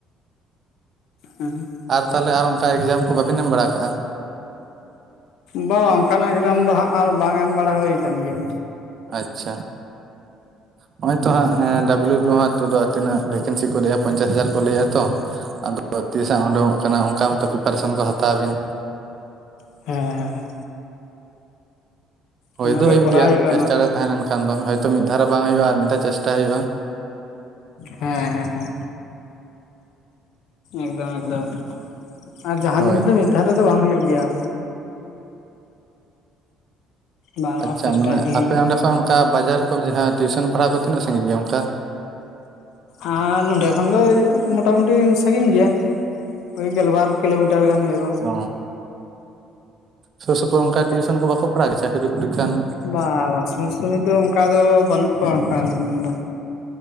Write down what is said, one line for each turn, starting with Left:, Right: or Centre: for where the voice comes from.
Left: ᱦᱩᱸ
Right: ᱟᱨ ᱛᱟᱦᱞᱮ ᱟᱨ ᱚᱱᱠᱟ ᱮᱠ ᱡᱟᱢ ᱠᱚ ᱵᱟᱵᱤᱱ ᱮᱢ ᱵᱟᱲᱟ ᱠᱟᱜᱼᱟ
Left: ᱵᱟᱝ ᱚᱱᱠᱟ ᱱᱟᱜ ᱮᱠ ᱡᱟᱢ ᱫᱚ ᱦᱟᱸᱜ ᱟᱨ ᱵᱟᱝ ᱮᱢ ᱵᱟᱲᱟ ᱦᱳᱭ ᱠᱟᱱ ᱜᱮᱭᱟ
Right: ᱟᱪᱪᱷᱟ ᱱᱚᱜᱼᱚᱭ ᱛᱚ ᱦᱟᱸᱜ ᱰᱟᱵᱞᱳ ᱵᱤ ᱦᱟᱜ ᱛᱚᱫᱚᱜ-ᱟ ᱛᱤᱱᱟᱹᱜ ᱵᱷᱮ ᱠᱮᱱᱥᱤ ᱠᱚ ᱞᱟᱹᱭᱼᱟ ᱯᱚᱧ ᱪᱟᱥ ᱦᱟᱡᱟᱨ ᱠᱚ ᱞᱟᱹᱭ ᱮᱜᱼᱟ ᱛᱚ ᱟᱫᱚ ᱛᱤᱥ ᱦᱟᱸᱜ ᱩᱰᱩᱝ ᱚᱜ ᱠᱟᱱᱟ ᱚᱱᱠᱟ ᱢᱟ ᱛᱚ ᱯᱨᱤᱯᱟᱨᱮ ᱥᱚᱱ ᱠᱚ ᱦᱟᱛᱟᱣ ᱵᱤᱱ
Left: ᱦᱮᱸ ᱦᱮᱸ
Right: ᱦᱳᱭ
Left: ᱚᱱᱟᱜᱮ
Right: ᱫᱚ ᱦᱳᱭᱳᱜ
Left: ᱠᱚᱨᱟᱣ
Right: ᱜᱮ ᱭᱟ
Left: ᱦᱩᱭᱩᱜᱼᱟ
Right: ᱪᱮᱥᱴᱟ
Left: ᱱᱚᱣᱟ ᱫᱚ
Right: ᱨᱮ ᱛᱟᱦᱮᱸ ᱞᱮᱱ ᱠᱷᱟᱱ ᱫᱚ ᱦᱚᱭ ᱛᱳ ᱢᱤᱫ ᱫᱷᱟᱣ ᱨᱮ ᱵᱟᱝ ᱦᱳᱭᱳᱜᱼᱟ ᱟᱨ ᱢᱤᱫ ᱫᱷᱟᱣ ᱪᱮᱥ ᱴᱟ ᱦᱳᱭᱳᱜᱼᱟ
Left: ᱦᱮᱸ ᱦᱮᱸ ᱦᱮᱸ ᱮᱠᱫᱚᱢ ᱮᱠᱫᱚᱢ ᱟᱨ ᱡᱟᱦᱟᱸ
Right: ᱦᱳᱭ
Left: ᱡᱤᱱᱤᱥ ᱫᱚ ᱢᱤᱫ ᱫᱷᱟᱣ ᱨᱮ ᱫᱚ ᱵᱟᱝ ᱦᱩᱭᱩᱜ ᱜᱮᱭᱟ ᱵᱟᱨ
Right: ᱟᱪᱪᱷᱟ
Left: ᱵᱟᱨ ᱪᱮᱥᱴᱟ
Right: ᱢᱟᱱᱮ
Left: ᱤᱫᱤ
Right: ᱟᱯᱮ
Left: ᱦᱩᱭᱩᱜᱼᱟ
Right: ᱚᱸᱰᱮ ᱠᱷᱚᱱ ᱚᱱᱠᱟ ᱵᱟᱡᱟᱨ ᱠᱚ ᱡᱟᱦᱟᱸ ᱴᱤᱭᱩ ᱥᱚᱱ ᱯᱟᱲ ᱦᱟᱣ ᱠᱚ ᱛᱤᱱᱟᱹᱜ ᱥᱟᱸᱜᱤᱧ ᱜᱮᱭᱟ ᱚᱱᱠᱟ
Left: ᱟ ᱱᱚᱸᱰᱮ ᱠᱷᱚᱱ ᱫᱚ ᱢᱚᱴᱟ ᱢᱩᱴᱤ ᱥᱟᱸᱜᱤᱧ ᱜᱮᱭᱟ ᱢᱤᱫ ᱜᱮᱞ ᱵᱟᱨ ᱠᱤᱞᱳ ᱢᱤᱴᱟᱨ ᱜᱟᱱ ᱦᱳᱭᱳᱜᱼᱟ
Right: ᱚ ᱥᱳᱨ ᱥᱳᱯᱳᱨ ᱚᱱᱠᱟ ᱴᱤᱭᱩᱥᱮᱱ ᱠᱚ ᱵᱟᱠᱚ ᱯᱟᱲ ᱦᱟᱣ <unintelligible> ᱪᱟᱹᱠᱨᱤ ᱯᱚᱨᱤᱠᱠᱷᱟ ᱨᱮᱱᱟᱜ
Left: ᱵᱟ ᱥᱩᱨ ᱥᱩᱨ ᱫᱚ ᱚᱱᱠᱟ ᱫᱚ ᱵᱟᱹᱱᱩᱜ ᱠᱚᱣᱟ ᱚᱱᱠᱟ ᱫᱚ